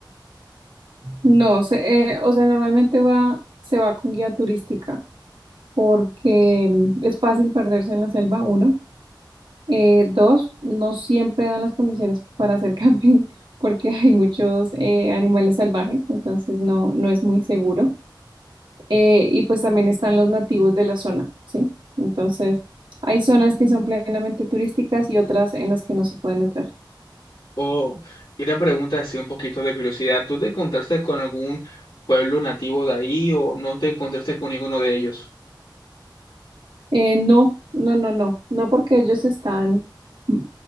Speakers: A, on the right; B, on the left.
A: No, se, eh, o sea, normalmente va, se va con guía turística. porque mm, es fácil perderse en la selva, uno. Eh, dos, no siempre dan las condiciones para hacer <laughs> camping porque hay muchos eh, animales salvajes, entonces no, no es muy seguro. Eh, y pues también están los nativos de la zona, ¿sí? Entonces, hay zonas que son plenamente turísticas y otras en las que no se pueden entrar.
B: Oh, y una pregunta así un poquito de curiosidad, ¿tú te encontraste con algún pueblo nativo de ahí o no te encontraste con ninguno de ellos?
A: Eh, no, no, no, no, no porque ellos están, mm,